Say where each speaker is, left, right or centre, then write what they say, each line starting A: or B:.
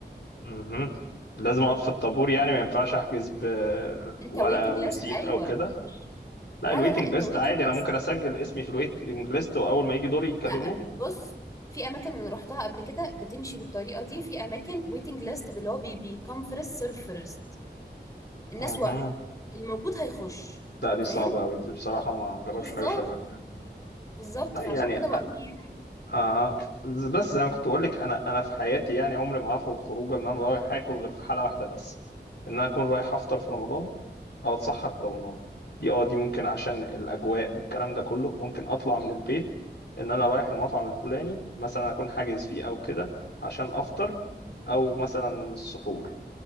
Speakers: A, on the left; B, on the left.
A: أها. لازم اقف في الطابور يعني ما ينفعش احجز بورقه
B: انت ويتنج
A: او
B: ليست
A: ريسيت
B: ايوه
A: او كده
B: مش-
A: لا
B: لا
A: الويتنج
B: لا لا انت
A: ليست
B: ويتنج
A: عادي انا
B: ليست
A: ممكن اسجل اسمي في الويتنج ليست واول ما يجي دوري يكلموني
B: لا أم- بص في اماكن انا روحتها قبل كده بتمشي بالطريقه دي وفي اماكن ويتنج ليست اللي هو بيكم فيرست سيرف فيرست الناس
A: أها.
B: واقفه الموجود هيخش
A: لا دي
B: فاهم
A: صعبه قوي دي بصراحه ما جربش
B: بالظبط
A: حاجه شبه كده
B: بالظبط
A: لا
B: فعشان
A: يعني
B: كده
A: أ-
B: بقول
A: آه ز- بس زي ما كنت بقول لك انا انا في حياتي يعني عمري ما هخرج خروجه ان انا رايح اكل غير في حاله واحده بس ان انا اكون رايح افطر في رمضان او اتسحر في رمضان دي اه دي ممكن عشان الاجواء والكلام ده كله ممكن اطلع من البيت ان انا رايح المطعم الفلاني مثلا اكون حاجز فيه او كده عشان افطر
B: يعني.
A: او مثلا السحور